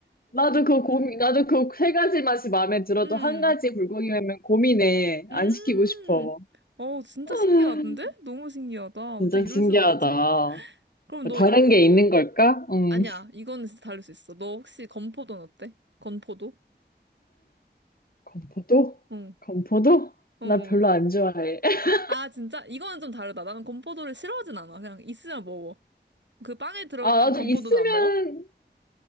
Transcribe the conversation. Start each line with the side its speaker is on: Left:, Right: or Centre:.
Left: 나도 그 고민, 나도 그 세 가지 맛이 마음에 들어도
Right: 음,
Left: 한 가지 불고기면 고민해. 안
Right: 음.
Left: 시키고 싶어.
Right: 어, 진짜
Left: <laughs>
Right: 신기하던데? 너무 신기하다. 어떻게
Left: 진짜
Right: 이럴
Left: 신기하다.
Right: 수가 있지? 그럼 너,
Left: 다른
Right: 이-
Left: 게 있는 걸까? 음.
Right: 아니야. 이거는 진짜 다를 수 있어. 너 혹시 건포도는 어때? 건포도?
Left: 건포도?
Right: 응,
Left: 건포도?
Right: 응,
Left: 나 별로
Right: 응.
Left: 안 좋아해. <laughs>
Right: 아, 진짜? 이거는 좀 다르다. 나는 건포도를 싫어하진 않아. 그냥 있으면 먹어. 그 빵에 들어간
Left: 아, 나도
Right: 건포도도
Left: 있으면
Right: 안 먹어?